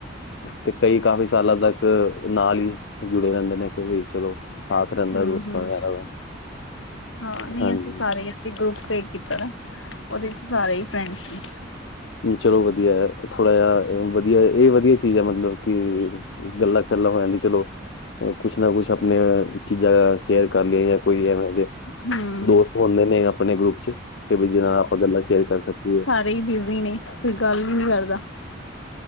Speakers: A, on the left (about 60°); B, on the left (about 80°).
A: ਤੇ ਕਈ ਕਾਫ਼ੀ ਸਾਲਾਂ ਤੱਕ ਨਾਲ ਈ ਜੁੜੇ ਰਹਿੰਦੇ ਨੇ ਤੇ ਵੀ ਚਲੋ। ਸਾਥ ਰਹਿੰਦਾ
B: ਹੂੰ,
A: ਦੋਸਤਾਂ
B: ਹੂੰ,
A: ਯਾਰਾਂ ਦਾ
B: ਹਾਂ ਨਹੀਂ
A: ਹਾਂਜੀ
B: ਅਸੀਂ ਸਾਰੇ ਅਸੀਂ ਗਰੁੱਪ ਟੇਡ ਕੀਤਾ ਦਾ ਉਹਦੇ ਚ ਸਾਰੇ ਈ ਫਰੈਂਡਸ ਨੇ।
A: ਚਲੋ ਵਦੀਆ ਥੋੜਾ ਜਿਆ ਵਦੀਆ ਇਹ ਵਦੀਆ ਚੀਜ਼ ਐ ਮਤਲਬ ਕਿ ਗੱਲਾਂ ਕਲਾਂ ਹੋ ਜਾਂਦੀ ਚਲੋ। ਕੁਛ ਨਾ ਕੁਛ ਅਪਣੇ ਚੀਜ਼ਾਂ ਸ਼ੇਅਰ ਕਰ ਲਈਏ ਯਾਂ ਕੋਈ ਐਵੇਂ ਦੇ
B: ਨੇ ਹੂੰ
A: ਦੋਸਤ ਹੁੰਦੇ ਨੇ ਅਪਣੇ ਗਰੁੱਪ ਚ ਕਿ ਵੀ ਜਿਨਾਂ ਨਾਲ ਆਪਾਂ ਗੱਲਾਂ ਸ਼ੇਅਰ ਕਰ ਸਕੀਏ।
B: ਕਈ ਬਿਜ਼ੀ ਨੇ ਕੋਈ ਗੱਲ ਈ ਨੀ ਕਰਦਾ।